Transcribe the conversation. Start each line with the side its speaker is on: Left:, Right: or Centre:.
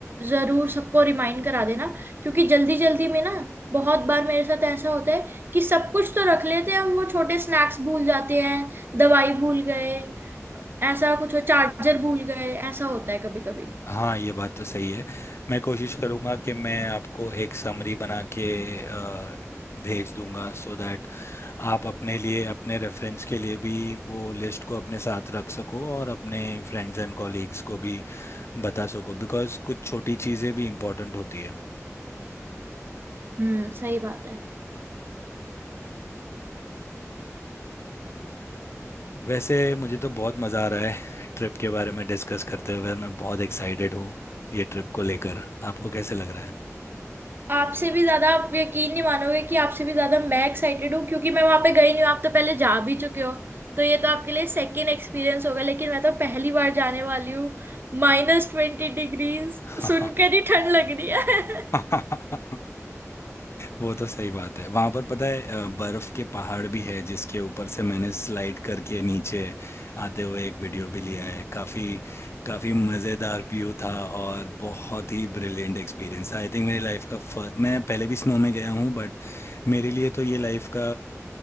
Right: ज़रूर सबको रिमाइंड करा देना क्योंकि जल्दी जल्दी में ना बहुत बार मेरे साथ ऐसा होता है कि सब कुछ तो रख लेते हैं हम वो छोटे स्नैक्स भूल जाते हैं दवाई भूल गए ऐसा कुछ हो चार्जर भूल गए ऐसा होता है कभी कभी
Left: हाँ ये बात तो सही है मैं कोशिश करूँगा कि मैं आपको एक समरी बना के अ, भेज दूंगा सो दैट आप अपने लिए अपने रेफरेंस के लिए भी वो लिस्ट को अपने साथ रख सको और अपने फ्रेंड्स एंड कॉलीग्स को भी बता सको बिकॉज़ कुछ छोटी चीज़ें भी इम्पोर्टेंट होती है
Right: हम्म सही बात है
Left: वैसे मुझे तो बहुत मज़ा आ रहा है <laughs> ट्रिप के बारे में डिस्कस करते हुए और मैं बहुत एक्साइटेड हूँ ये ट्रिप को लेकर आपको कैसे लग रहा
Right: आपसे भी ज्यादा आप यकीन नहीं मानोगे कि आपसे भी ज्यादा मैं एक्साइटेड हूँ क्योंकि मैं वहां पे गई नहीं हूँ आप तो पहले जा भी चुके हो तो ये तो आपके लिए सेकेंड एक्सपीरियंस होगा लेकिन मैं तो पहली बार जाने वाली हूँ माइनस ट्वेंटी डिग्री
Left: है
Right: सुनकर ही ठंड लग रही है <laughs>
Left: <laughs> वो तो सही बात है वहां पर पता है अ, बर्फ के पहाड़ भी है जिसके ऊपर से मैंने स्लाइड करके नीचे आते हुए एक वीडियो भी लिया है काफी काफी मजेदार व्यू था और बहुत ही ब्रिलियंट एक्सपीरियंस था आई थिंक मेरी लाइफ का फर्स्ट मैं पहले भी स्नो में गया हूँ बट मेरे लिए तो ये लाइफ का